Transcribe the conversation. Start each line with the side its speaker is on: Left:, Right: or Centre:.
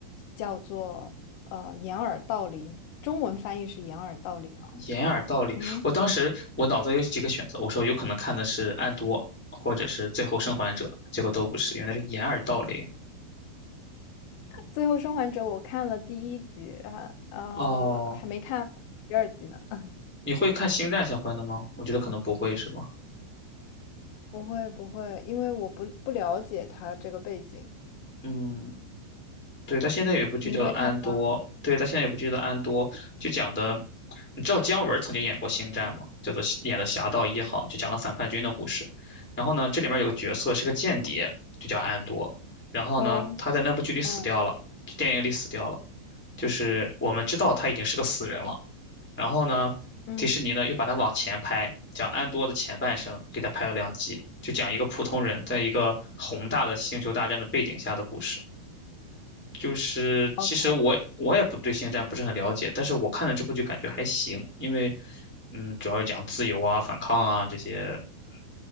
Left: 叫做呃《掩耳盗铃》，中文翻译是《掩耳盗铃》啊。
Centre: 掩耳盗铃，
Left: 嗯，
Centre: 我当时我脑子有几个选择，我说有可能看的是《暗多》或者是《最后生还者》，结果都不是，原来是掩耳盗铃。
Left: 《最后生还者》我看了第一集啊，呃，
Centre: 哦，
Left: 还没看第二集呢。<laughs>
Centre: 你会看星战相关的吗？我觉得可能不会，是吗？
Left: 不会，不会，因为我不不了解他这个背景。
Centre: 嗯，对，他现在有一部剧叫做《安多》，
Left: 你会看吗？
Centre: 对，他现在有一部剧叫做《安多》，就讲的，你知道姜文曾经演过《星战》吗？叫做演的《侠盗一号》，就讲了反叛军的故事。然后呢，这里面有个角色是个间谍，就叫安多。然后呢，
Left: 嗯
Centre: 他在那部剧里死掉了，
Left: 嗯
Centre: 就电影里死掉了。就是我们知道他已经是个死人了。然后呢，
Left: 嗯
Centre: 迪士尼呢又把他往前拍，讲安多的前半生，给他拍了两集，就讲一个普通人在一个宏大的星球大战的背景下的故事。就是其实我我也不对星战不是很了解，
Left: ，OK，
Centre: 但是我看了这部剧感觉还行，因为嗯，主要是讲自由啊、反抗啊这些嗯